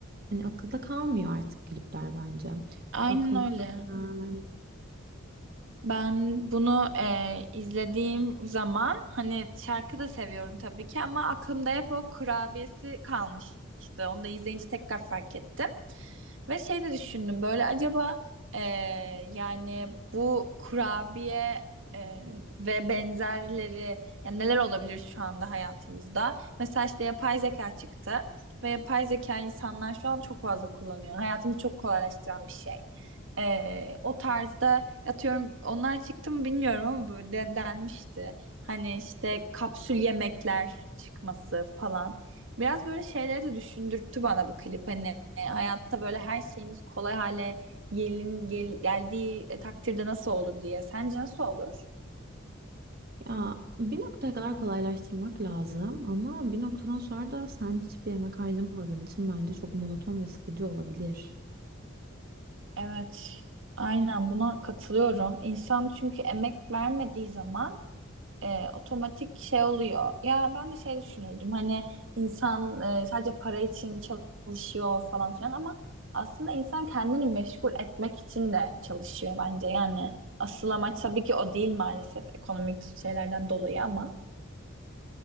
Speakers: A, on the right (about 45°); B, on the right (about 65°).
A: hani akılda kalmıyor artık klipler bence.
B: Aynen
A: Aklıma
B: öyle.
A: gelen
B: Ben bunu e, izlediğim zaman hani şarkı da seviyorum tabii ki ama aklımda hep o kurabiyesi kalmıştı. Onu da izleyince tekrar fark ettim. Ve şey de düşündüm böyle acaba e, yani bu kurabiye e, ve benzerleri yani neler olabilir şu anda hayatımızda? Mesela işte yapay zeka çıktı ve yapay zeka insanlar şu an çok fazla kullanıyor. Hayatımızı çok kolaylaştıran bir şey. Ee, o tarzda atıyorum onlar çıktı mı bilmiyorum ama böyle den- denmişti. Hani işte kapsül yemekler çıkması falan. Biraz böyle şeyleri de düşündürttü bana bu klip. Hani hayatta böyle her şeyimiz kolay hale gelin, gel, geldiği e, takdirde nasıl olur diye. Sence nasıl olur?
A: Ya bir noktaya kadar kolaylaştırmak lazım ama bir noktadan sonra da sen hiçbir emek harcamadığın için bence çok monoton ve sıkıcı olabilir.
B: Evet. Aynen buna katılıyorum. İnsan çünkü emek vermediği zaman e, otomatik şey oluyor. Ya ben de şey düşünürdüm hani insan e, sadece para için çalışıyor falan filan ama aslında insan kendini meşgul etmek için de çalışıyor bence. Yani asıl amaç tabii ki o değil maalesef ekonomik şeylerden dolayı ama.